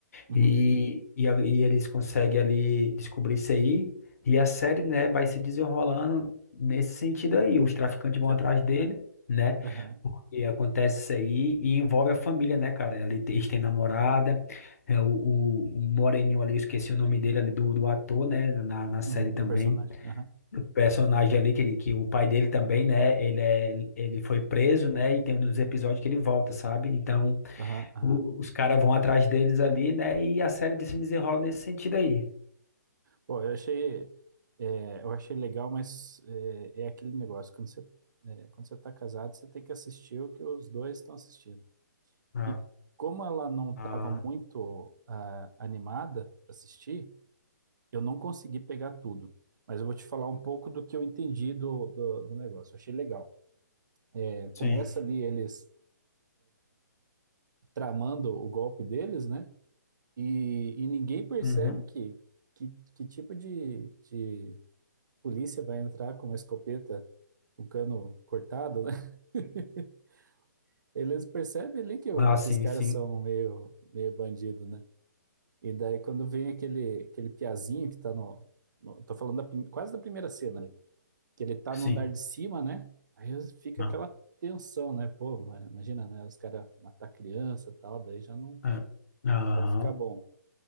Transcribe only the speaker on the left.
E, e, a- e eles conseguem ali descobrir isso aí. E a série, né, vai se desenrolando nesse sentido aí. Os traficantes vão
atrás dele, né?
Porque acontece isso aí e envolve a família, né, cara? Ali tem- eles têm namorada, é, o, o, o Moreninho ali, eu esqueci o nome dele ali, do, do ator, né? Na, na série
também.
O personagem ali, que, que o pai dele também, né? Ele, é, ele foi preso, né? E tem um dos episódios que ele volta, sabe? Então
o- os caras vão atrás deles ali, né? E a série de se desenrola nesse sentido aí.
Ah,
ah,
sim.
Uhum.
Ah,
sim,
sim.
Sim.
Não.
É. Aham.